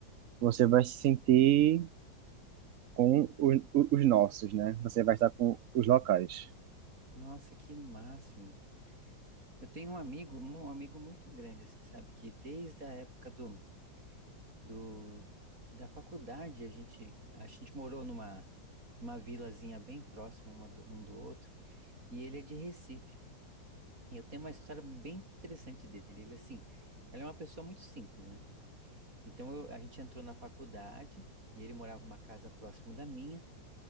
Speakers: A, on the right; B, on the right.
A: você vai se sentir com o- os nossos, né? Você vai estar com os locais.
B: nossa, que máximo. Eu tenho um amigo, um amigo muito grande, assim, sabe? Que desde a época do, do, da faculdade, a gente, a gente morou numa, numa vilazinha bem próxima uma do- um do outro, e ele é de Recife. E eu tenho uma história bem interessante dele. Ele, assim, ele é uma pessoa muito simples, né? Então, eu- a gente entrou na faculdade, e ele morava numa casa próximo da minha,